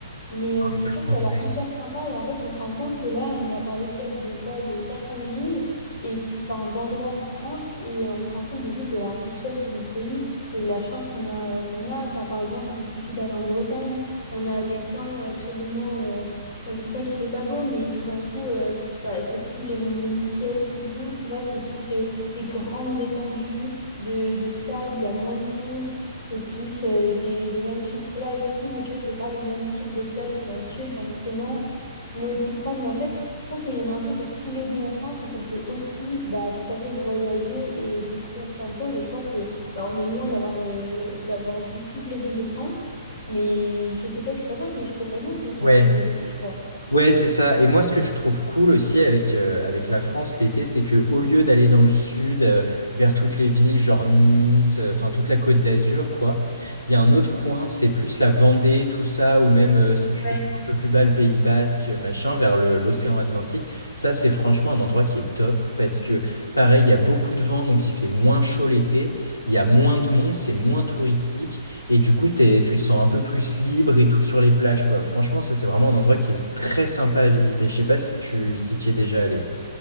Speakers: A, on the left; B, on the left.
A: Mais, euh, mais
B: Je te
A: c'est
B: le
A: sûr que
B: conseille.
A: ça a l'air hyper sympa. Et en fait, on se rend compte que là, on a parlé peut-être de quoi, de quatre cinq villes, et enfin d'endroits en France, et euh, on se rend compte de juste de la richesse de notre pays et de la chance qu'on a, euh, qu'on a. Enfin, par exemple, il suffit d'aller en Bretagne, on a des temps absolument. euh, enfin, je dis pas qu'il fait pas beau, mais tout d'un coup, euh, bah, c'est plus les mêmes ciels tout doux, tu vois, c'est plus euh, des grandes étendues de, de sable, il y a moins de monde. C'est plus euh, des, des magnifiques plages aussi, mais tu vois, c'est pas le même type de plage que dans le sud. Enfin, forcément, l'eau est plus froide, mais en fait, je trouve qu'il y en a un peu pour tous les goûts en France et qu'on peut aussi bah, tout à fait voyager et découvrir plein de choses. Et je pense que bah, on est loin d'avoir euh, d'avoir vu toutes les villes de France, mais je sais pas ce que t'en penses, mais je trouve vraiment que c'est
B: Ouais.
A: un pays riche, quoi.
B: Ouais, c'est ça. Et moi, ce que je trouve cool aussi avec, euh, avec la France l'été, c'est que au lieu d'aller dans le sud, euh, vers toutes les villes, genre Nice, euh, enfin toute la Côte d'Azur, quoi, il y a un autre coin, c'est plus la Vendée, tout ça, ou même euh, si tu
A: Ouais.
B: descends un peu plus bas, le Pays Basque, euh, machin, vers le- l'océan Atlantique. Ça, c'est franchement un endroit qui est top parce que, pareil, il y a beaucoup de vent, donc il fait moins chaud l'été, il y a moins de monde, c'est moins touristique. Et du coup, t'es- tu te sens un peu plus libre et tout sur les plages, quoi. Franchement, ça, c'est vraiment un endroit qui est très sympa à visiter. Je sais pas si tu si t'y es déjà allé.